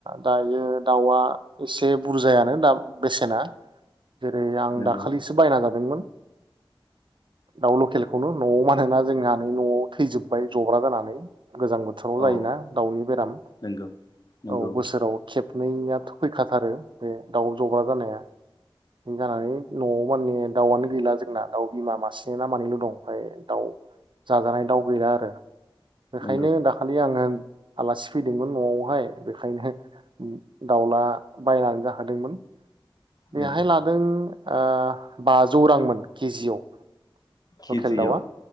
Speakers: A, on the right; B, on the left.
A: दायो दाउआ एसे बुरजायानो दाम बेसेना जेरै आं
B: नोंगौ
A: दाखालिसो बायना जादोंमोन दाउ लकेलखौनो नआव मानोना जोंहा नै नआव थैजोबबाय जब्रा जानानै गोजां बोथोराव जायो
B: औ
A: ना दाउनि बेराम
B: नोंगौ नोंगौ
A: औ बोसोराव खेब नैयाथ फैखाथारो बे दाउ जब्रा जानाया बे जानानै नआव माने दाउआनो गैला जोंना दाउ बिमा मासे ना मानैल दं ओमफ्राय दाउ जाजानाय दाउ गैला आरो बेखायनो
B: नोंगौ
A: दाखालि आङो आलासि फैदोंमोन नआवहाय बेखायनो दाउला बायनानै जाहोदोंमोन बेहाय
B: नोंगौ
A: लादों ओ बाजौ रांमोन केजियाव
B: केजियाव
A: लकेल दाउआ